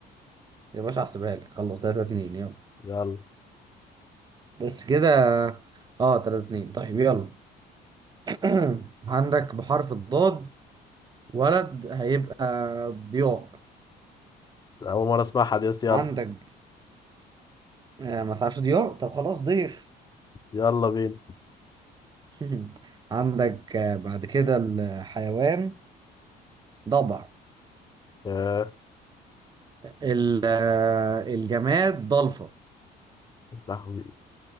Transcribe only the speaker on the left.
يلا
اول مره اسمعها دي بس يلا
يلا بينا
يا
لهوي